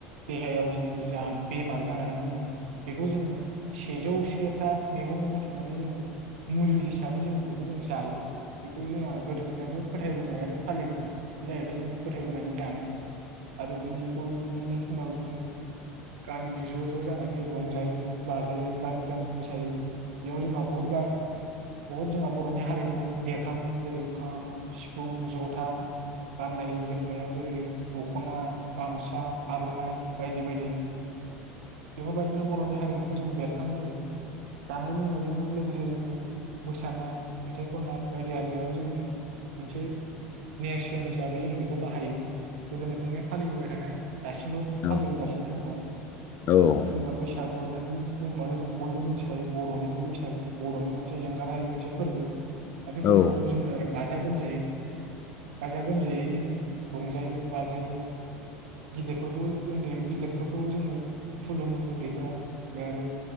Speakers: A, on the right; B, on the left.
A: देहायाव जोंनो जा बेमार जानानै दंमोन बेखौ जोङो सेजौ से था मैगं बुथुमनानै जोङो मुलि हिसाबै जोङो बेखौ जों जायो। बेखौ जोंहा गोदोनिफ्रायनो फोथायबोनाय आरो फालिबोनाय बे जाहैबाय जोंनि फोथायबोनानै जानाय। आरो बिनिखौ बिनिनो दिनाव जोङो गामिनि ज' ज' जानानै रंजायो बाजायो गामि गामि मोसायो‌ बेयाव जोंहा बहुत गाय बुहुत जोंहा बर'नि हारिमुमोन बेरखाङो जेरै खाम सिफुं जथ था गान्नाय जोमनायाव जेरै दख'ना गामसा आर'नाइ बायदि बायदि। बेफोरबायदिनो बर'नि हा हारिमुखौ जों बेरखांहोयो। जानाय लोंनायजोंबो लोगोसे जोङो। मोसानाय मेथाइ खननाय बायदिरियाबो जोंनि मोनसे नेरसोनहिसाबै जों बे बेखौ बाहायो। गोदोनिफ्रायनो फालिबोबाय थानाय। दासिमबो
B: औ
A: फालिबोगासिनो दङ
B: ओ
A: दा जोंहा बैसाग फोर होननानै बुंओ होनबाथ' जों बयबो मिथिखायो बर'निनो बैसागु बर'नि मोनसे एंगार हायै मोनसे फोरबो । दा <unintelligible>
B: औ
A: जोंङो गाजा गोमजायै गाजा गोमजायै जोंङो रंजायो बाजायो । गिदिरफोरखौ उन्दै गिदिर फोरखौ जोंङो खुलुमो उन्दैफ्रा । बे आरो